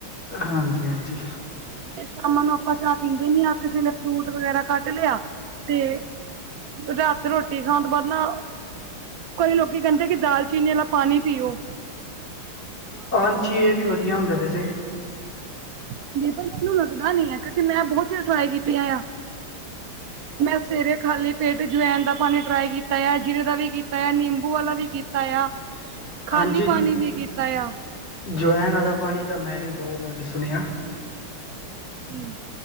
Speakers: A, on the left (about 30°); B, on the right (about 85°).
A: ਹਾਂਜੀ ਹਾਂਜੀ
B: ਸ਼ਾਮਾਂ ਨੂੰ ਆਪਾਂ ਚਾਹ ਪੀਂਦੇ ਨੀ ਆ ਕਿਸੇ ਲੇ ਫਰੂਟ ਵਗੈਰਾ ਕੱਨ ਲਿਆ ਤੇ ਰਾਤ ਰੋਟੀ ਖਾਣ ਤੋਂ ਬਾਅਦ ਨਾ ਕਈ ਲੋਕੀ ਕਹਿੰਦੇ ਕਿ ਦਾਲਚੀਨੀ ਵਾਲਾ ਪਾਣੀ ਪੀਓ
A: ਹਾਂਜੀੀ ਇਹ ਵੀ ਵਧੀਆ ਹੁੰਦਾ ਵੈਸੇ
B: ਕਹ ਪਰ ਮੈਨੂੰ ਲੱਗਦਾ ਨੀ ਹੈ ਕਿਉਂਕਿ ਮੈਂ ਬਹੁਤ ਚਿਰ ਟਰਾਈ ਕੀਤੀਆਂ ਆ ਮੈਂ ਸਵੇਰੇ ਖਾਲੀ ਪੇਟ ਜਵਾੈਨ ਦਾ ਪਾਣੀ ਟਰਾਈ ਕੀਤਾ ਆ ਜੀਰੇ ਦਾ ਵੀ ਕੀਤਾ ਆ ਨਿੰਬੂ ਵਾਲਾ ਵੀ ਕੀਤਾ ਆ ਖਾਲੀ
A: ਹਾਂਜੀ
B: ਪਾਣੀ ਵੀ ਕੀਤਾ ਆ
A: ਜਵੈਣ ਵਾਲਾ ਪਾਣੀ ਤਾਂ ਮੈਂ ਵੀ ਬਹੁਤ ਸੁਣਿਆ
B: ਹਮ